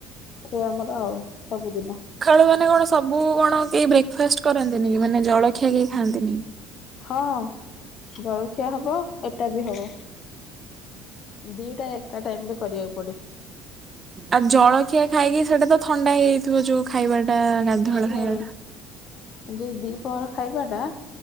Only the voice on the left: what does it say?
ଖେ ଆମର ଆଉ ସବୁଦିନ।
ହଁ ଜଳଖିଆ ହବ ଏଟା ବି ହବ। ଦିଟା ଏକା ଟାଇମ ରେ କରିବାକୁ ପଡେ।
ନାଇଁ
ନାଇଁ ଯୋଉ ଦିପହର ଖାଇବା ଟା